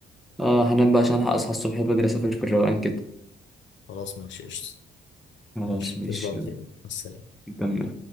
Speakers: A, in the centre; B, on the left.
A: اه هنام بقى عشان ألحق اصحى الصبح بدري اسافر في الروقان كده
B: خلاص ماشي قشطة
A: خلاص
B: ماشي
A: ماشي
B: تصبح على
A: يلا
B: خير مع السلامة
A: نكمل